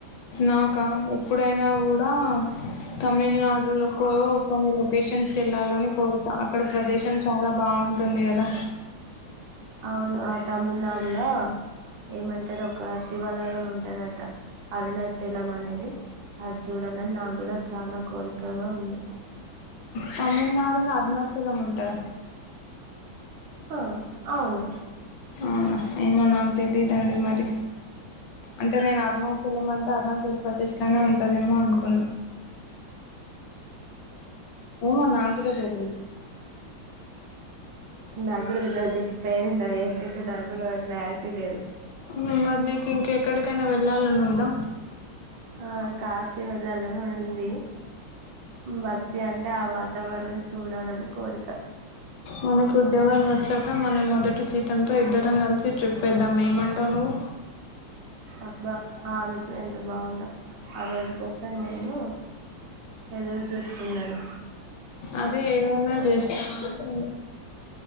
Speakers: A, on the left (about 75°); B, on the right (about 70°).
A: నాకా ఎప్పుడైనా కూడా తమిళనాడు లో కొన్ని లొకేషన్స్కి వెళ్ళాలని కోరిక అక్కడ ప్రదేశం చాలా బాగు ఉంటంది కదా
B: అవును ఆ తమిళనాడులో ఏమంటది ఒక శివాలయం ఉంటందట అరుణాచలం అనేది అది చూడాలని నా కూడా చాలా కోరికగా ఉంది
A: తమిళనాడులో అరుణాచలం ఉంటద
B: ఆ అవును
A: అవునా ఏమో నాకు తెలిదండి మరి అంటే నేను అరుణాచలం అంటే అరుణాచల్ ప్రదేశ్ లో ఉంటదేమో అనుకున్నా ఏమో నాకు కూడా తెలీదు
B: నాకు కూడా తెల్వదు జస్ట్ పేరు విన్న ఏ స్టేట్ నాకు కూడా క్లారిటీ లేదు
A: హ్మ్. మరి నీకు ఇంకెక్కడికైనా వెళ్ళాలని ఉందా
B: ఆ కాశీ వెల్లలని ఉంది భక్తి అంటే ఆ వాతావరణం చూడాలని కోరిక
A: మనకి ఉద్యోగాలు వచ్చాక మనం మొదటి జీతంతో ఇద్దర కలిసి ట్రిప్ పెద్దాం ఏమంటావు నువ్వు
B: అబ్బా ఆ ఆలోచన ఎంత బాగుంద ఆ రోజు కోసం నేను ఎదురు చూస్తున్నాను
A: అదే ఏదైనా చేస్తామని